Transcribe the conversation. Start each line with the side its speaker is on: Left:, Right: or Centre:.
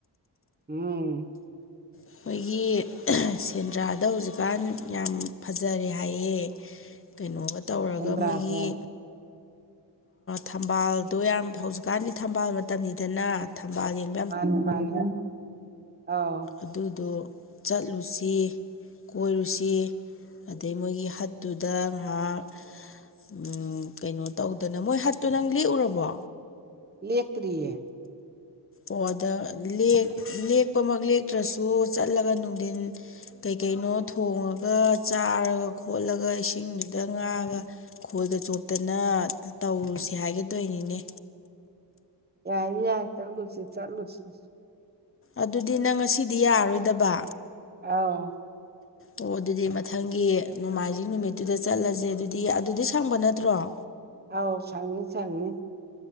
Right: ꯎꯝ
Left: ꯑꯩꯈꯣꯏꯒꯤ ꯁꯦꯟꯗ꯭ꯔꯥꯗ ꯍꯧꯖꯤꯛꯀꯥꯟ ꯌꯥꯝ ꯐꯖꯔꯦ ꯍꯥꯏꯌꯦ ꯀꯩꯅꯣꯒ ꯇꯧꯔꯒ
Right: ꯁꯦꯟꯗ꯭ꯔꯥꯁꯦ
Left: ꯃꯣꯏꯒꯤ ꯊꯝꯕꯥꯜꯗꯣ ꯌꯥꯝ ꯍꯧꯖꯤꯛꯀꯥꯟꯗꯤ ꯊꯝꯕꯥꯜ ꯃꯇꯝꯅꯤꯗꯅ ꯊꯝꯕꯥꯜ ꯌꯦꯡ
Right: ꯃꯥꯅꯤ ꯃꯥꯅꯤ ꯑꯥꯎ
Left: ꯑꯗꯨꯗꯣ ꯆꯠꯂꯨꯁꯤ ꯀꯣꯏꯔꯨꯁꯤ ꯑꯗꯩ ꯃꯣꯏꯒꯤ ꯍꯠꯇꯨꯗ ꯉꯥꯏꯍꯥꯛ ꯎꯝ ꯀꯩꯅꯣ ꯇꯧꯗꯅ ꯃꯣꯏ ꯍꯠꯇꯨ ꯅꯪ ꯂꯦꯛꯎꯔꯕꯣ
Right: ꯂꯦꯛꯇꯔꯤꯌꯦ
Left: ꯑꯣ ꯑꯗꯥ ꯂꯦꯛ ꯂꯦꯛꯄꯃꯛ ꯂꯦꯛꯇ꯭ꯔꯁꯨ ꯆꯠꯂꯒ ꯅꯨꯡꯗꯤꯟ ꯀꯩꯀꯩꯅꯣ ꯊꯣꯡꯉꯒ ꯆꯥꯔꯒ ꯈꯣꯠꯂꯒ ꯏꯁꯤꯡꯗꯨꯗ ꯉꯥꯒ ꯈꯣꯏꯒ ꯆꯣꯞꯇꯅ ꯇꯧꯔꯨꯁꯦ ꯍꯥꯏꯒꯦ ꯇꯧꯏꯅꯤꯅꯦ
Right: ꯌꯥꯏ ꯌꯥꯏ ꯆꯂꯨꯁꯤ ꯆꯂꯨꯁꯤ
Left: ꯑꯗꯨꯗꯤ ꯅꯪ ꯉꯁꯤꯗꯤ ꯌꯥꯔꯣꯏꯗꯕ
Right: ꯑꯥꯎ
Left: ꯑꯣ ꯑꯗꯨꯗꯤ ꯃꯊꯪꯒꯤ ꯅꯣꯡꯃꯥꯏꯖꯤꯡ ꯅꯨꯃꯤꯠꯇꯨꯗ ꯆꯠꯂꯁꯦ ꯑꯗꯨꯗꯤ ꯑꯗꯨꯗꯤ ꯁꯪꯕ ꯅꯠꯇ꯭ꯔꯣ <unintelligible>
Right: ꯑꯥꯎ ꯁꯪꯅꯤ ꯁꯪꯅꯤ